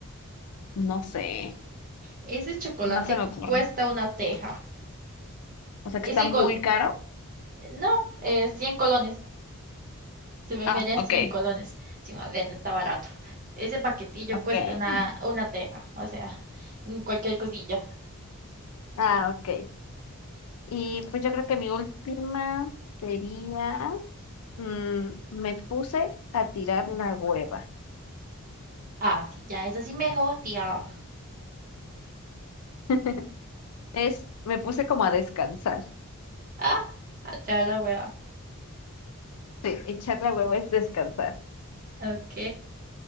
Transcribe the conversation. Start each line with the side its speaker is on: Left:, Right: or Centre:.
Left: no sé,
Right: Ese chocolate
Left: no se me ocurre.
Right: cuesta una teja.
Left: O sea,
Right: Es
Left: que está
Right: igual,
Left: muy caro.
Right: no, eh, 100 colones. Se me
Left: Ah,
Right: feria
Left: ok,
Right: 100 colones. Sí, más bien, está barato. Ese paquetillo
Left: ok.
Right: cuesta una,
Left: Mm.
Right: una teja, o sea, un cualquier cosilla.
Left: Ah, ok. Y pues yo creo que mi última sería, mm, me puse a tirar la hueva.
Right: Ah, sí, ya es así mejor, tía.
Left: <laughs> Es, me puse como a descansar.
Right: Ah, atrás la hueva.
Left: Sí, echar la hueva es descansar.
Right: Ok.